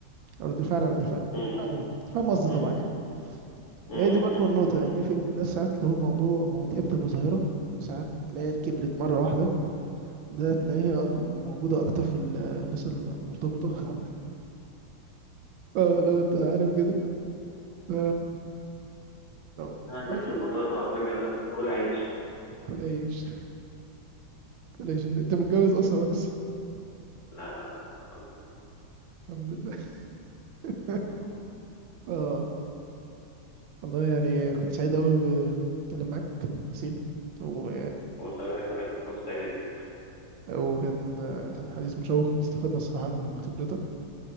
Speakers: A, on the right; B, on the left.
A: رد الفعل على قد الفعل
B: م-
A: ما علينا أنت فاهم قصدي
B: م.
A: طبعا يعني
B: امم
A: هي دي برضو النقطة
B: امم
A: يعني في ناس ساعات اللي هو موضوع مواضيع بتبقى ظاهرة ساعات تلاقيها كبرت مرة واحدة وده تلاقيها أك... موجودة أكتر في ال- الناس المرتبطة <laughs> اه لو انت عارف كده ف- لو
B: آه، الناس
A: لو في-
B: المرتبطة فاهم يقول لك كل عيش
A: كل ايش كولاجين انت متجوز اصلا ولا لسه
B: لا لا لا الحمد لله
A: الحمد لله <laughs>
B: آه،
A: اه والله يعني كنت سعيد قوي بتكلم معاك سين و...
B: والله وأنا كمان فرصة سعيدة جدا
A: وكان حديث مشوق استفدنا الصراحة من خبرتك